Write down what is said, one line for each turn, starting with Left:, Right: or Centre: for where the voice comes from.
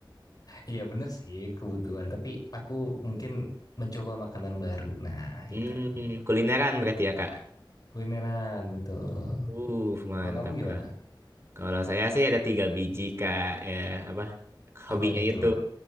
Left: Iya bener sih kebutuhan, tapi aku mungkin mencoba makanan baru. Nah
Right: Hmm,
Left: itu
Right: kulineran berarti ya kak.
Left: kulineran betul.
Right: Uh, mantap
Left: Kalau kamu gimana?
Right: kak. Kalau saya sih ada tiga biji kak, ya apa?
Left: Apa
Right: Hobinya
Left: aja tuh?
Right: itu